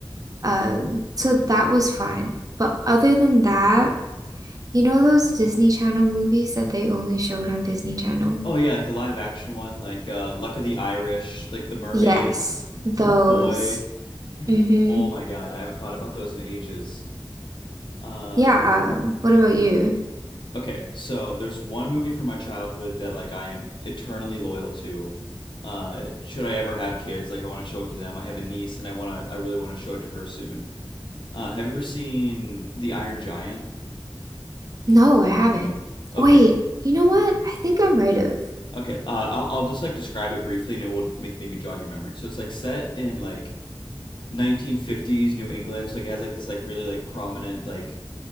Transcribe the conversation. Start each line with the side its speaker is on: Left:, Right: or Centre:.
Right: Um, so that was fun. But other than that, you know those Disney Channel movies that they only showed on Disney Channel?
Left: Oh yeah, like the live action one, like uh, Luck of the Irish, like The Mermaid
Right: Yes,
Left: <laughs>
Right: those.
Left: Boy.
Right: Mm-hmm.
Left: Oh my God, I haven't thought about those in ages. Uh,
Right: Yeah, um, what about you?
Left: okay, so there's one movie from my childhood that like I am eternally loyal to. Uh, should I ever have kids, like I want to show it to them. I have a niece and I want to I really want to show it to her soon. Uh, have you ever seen The Iron Giant?
Right: No, I haven't.
Left: Okay.
Right: Wait, you know what? I think I might have.
Left: Okay. Uh, I'll I'll just like describe it briefly and it will make maybe jog your memory. So it's like set in like 1950s New England, so like it has like this like really like prominent like